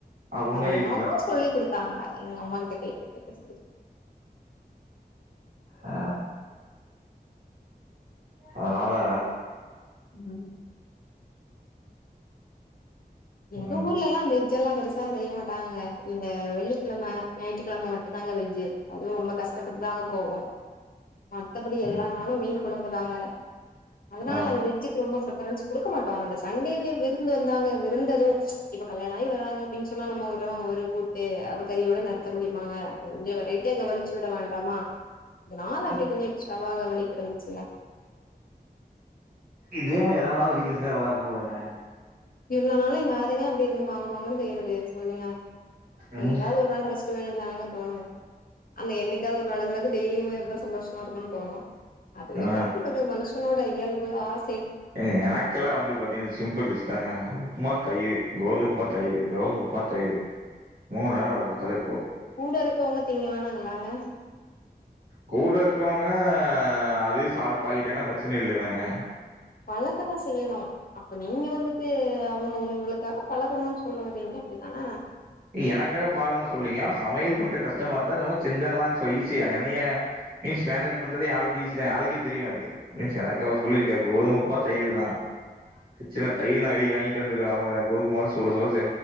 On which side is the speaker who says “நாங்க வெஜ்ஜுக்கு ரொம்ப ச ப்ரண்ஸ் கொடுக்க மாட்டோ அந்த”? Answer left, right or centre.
Left